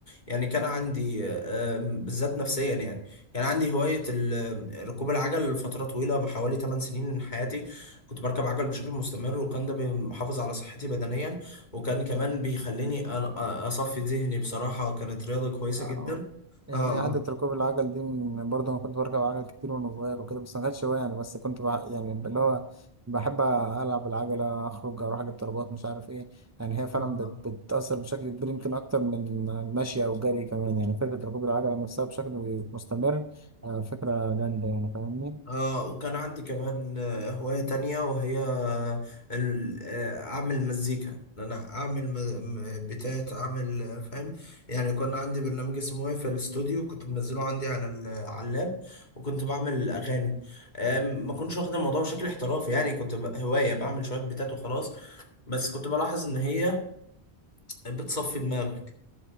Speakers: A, on the left (about 45°); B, on the right (about 20°).
A: يعني كان عندي آم، بالذات نفسيا يعني يعني عندي هواية ال- ركوب العجل لفترة طويلة حوالي 8 سنين من حياتي كنت بركب عجل بشكل مستمر وكان ده بيحافظ على صحتي بدنيا وكان كمان بيخليني أ- أ- أصفي ذهني بصراحة كانت رياضة كويسة
B: آه
A: جدا
B: يعني
A: اه
B: عادة ركوب العجل دي من- برضه انا كنت بركب عجل كتير وانا صغير وكده بس ما كانتش هواية يعني بس كنت بح يعني اللي هو بحب العب العجلة اخرج اروح اجيب طلبات مش عارف ايه يعني هي فعلا
A: آه.
B: بت بتأثر بشكل كبير يمكن اكتر من المشي او الجري كمان يعني فكرة ركوب العجلة نفسها بشكل مستمر آه فكرة جامدة يعني فاهمني
A: اه وكان عندي كمان آه، هواية تانية وهي ال- آه، أعمل مزيكا إن أنا أعمل م- م- بتاعة أعمل آه، فاهم يعني كان عندي برنامج اسمه إيه في الاستوديو كنت منزله عندي على ال- على اللاب وكنت بعمل أغاني آم، ما كنتش واخد الموضوع بشكل احترافي يعني كنت ب- هواية بعمل شوية بتات وخلاص بس كنت بلاحظ إن هي بتصفي دماغك